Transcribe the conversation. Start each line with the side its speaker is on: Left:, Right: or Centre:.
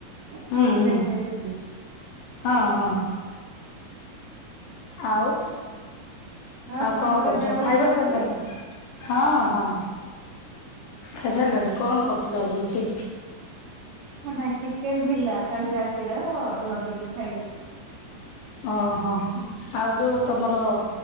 Right: କହୁଥିଲେ
Left: ହୁଁ ହୁଁ
Right: ସେ ଦିଦି।
Left: ହଁ ହଁ ଆଉ। ଆଉ
Right: ଆପଣଙ୍କର
Left: କଣ କରୁଛ
Right: ଦେହ ଭଲ
Left: ଖାଇବା
Right: ଅଛି?
Left: ସରିଲାଣି ହଁ ହଁ। ଖାଇସାରିଲଣି କଣ କରୁଥିଲ ଆଜି ରୋଷେଇ?
Right: ନାଇଁ ଚିକେନ ଥିଲା କାଲି ରାତିର ଲଗେଇକି ଖାଇଲି।
Left: ଓହୋ ଆଉ ଯୋଉ ତମର